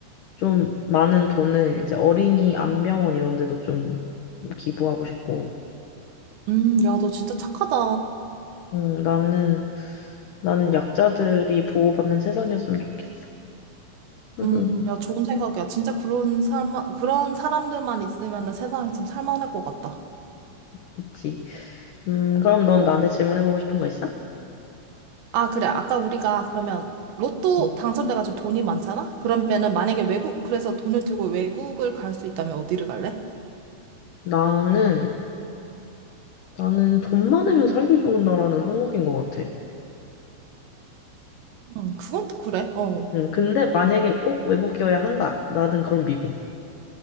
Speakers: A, on the left; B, on the right.
A: 좀 많은 돈을 이제 어린이 안병원 이런 데도 좀 기부하고 싶고,
B: 음, 야, 너 진짜 착하다.
A: 음, 나는, 나는 약자들이 보호받는 세상이었으면 좋겠어. <laughs>
B: 음, 야, 좋은 생각이야. 진짜 그런 삶, 그런 사람들만 있으면은 세상이 참 살만할 것 같다.
A: 그치. 음, 그럼 넌 나한테 질문해보고 싶은 거 있어?
B: 아, 그래. 아까 우리가 그러면 로또
A: 음,
B: 당첨돼가지고 돈이 많잖아? 그러면은 만약에 외국, 그래서 돈을 들고 외국을 갈 수 있다면 어디를 갈래?
A: 나는, 나는 돈 많으면 살기 좋은 나라는 한국인 것 같아.
B: 음, 그건 또 그래. 어.
A: 음, 근데 만약에 꼭 외국이어야 한다. 나는 그럼 미국.